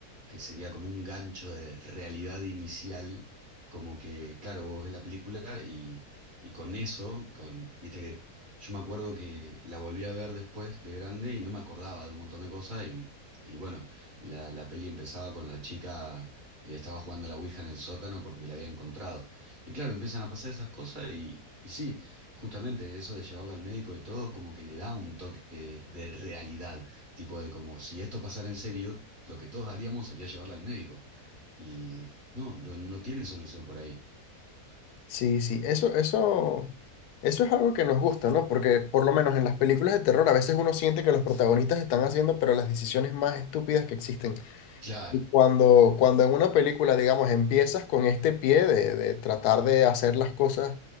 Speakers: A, on the right; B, on the left.
A: que sería como un gancho de realidad inicial, como que, claro, vos ves la película y, y con eso, con, viste que yo me acuerdo que la volví a ver después de grande y no me acordaba de un montón de cosas y, y bueno, la, la peli empezaba con la chica que estaba jugando a la Ouija en el sótano porque la había encontrado. Y claro, empiezan a pasar esas cosas y, y sí, justamente eso de llevarla al médico y todo, como que le da un toque de de realidad. Tipo de como si esto pasara en serio, lo que todos haríamos sería llevarla al médico. Y no, no, no tiene solución por ahí.
B: Sí, sí, eso, eso, eso es algo que nos gusta, ¿no? Porque por lo menos en las películas de terror a veces uno siente que los protagonistas están haciendo, pero las decisiones más estúpidas que existen.
A: Claro.
B: Y Cuando, cuando en una película, digamos, empiezas con este pie de, de tratar de hacer las cosas